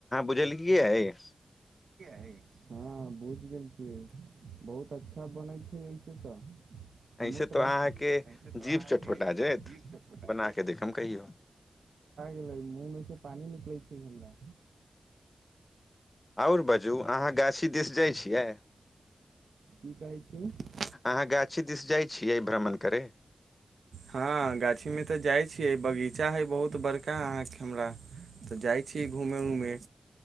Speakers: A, on the left; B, on the right.
A: बुझलिय अय
B: हँ बुझ गेल छियै बहुत अच्छा बनै छै तऽ हँ
A: ऐसे
B: गिफ्ट
A: तऽ अहाँके जीभ
B: आ
A: चटपटा जायत बना के देखम कहियो
B: गेलिए मुह मे से पानि निकलै छै हमरा
A: आओर बाजू अहाँ गाछी दिस जाइ छियै
B: कह
A: अहाँ गाछी दिस जाइ छियै भ्रमण करे
B: हँ गाछीमे तऽ जाइ बगीचा है बहुत बड़का अहाँ के हमरा तऽ जाय छी घूमे उऊमे